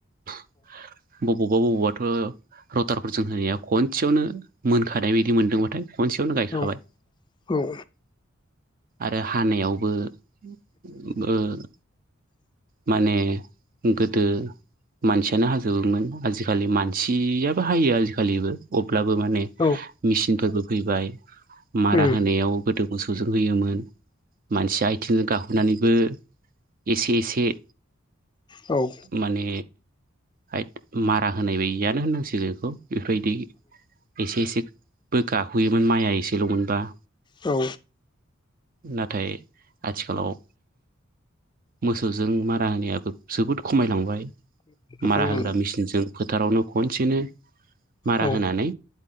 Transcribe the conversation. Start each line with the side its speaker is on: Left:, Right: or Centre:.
Right: बबावबा बबावबाथ' रटारफोरजों होनाया खनसेयावनो मोनखानाय बादि मोनदों बाथाय खनसेयावनो गायखाबाय
Left: औ उम
Right: आरो हानायावबो ओ माने गोदो मानसियानो हाजोबोमोन आजिखालि मानसियाबो हायो आजिखालिबो अब्लाबो माने
Left: औ
Right: मिेसिनफोरबो फैबाय मारा
Left: उम
Right: होनायाव गोदो मोसौजों होयोमोन मानसि आइ थिं गाहोनानैबो एसे एसे
Left: औ
Right: माने हाइथ मारा होनाय बायदियानो होननांसिगौ बेखौ बेफोरबायदि एसे एसेबो गाहोयोमोन माइआ एसेल' मोनबा
Left: औ
Right: नाथाय आथिखालाव मोसौजों मारा होनायाबो जोबोद खमायलांबाय
Left: खमायनांगौ
Right: मारा होग्रा मेसििनजों फोथारावनो खनसेनो मारा
Left: औ
Right: होनानै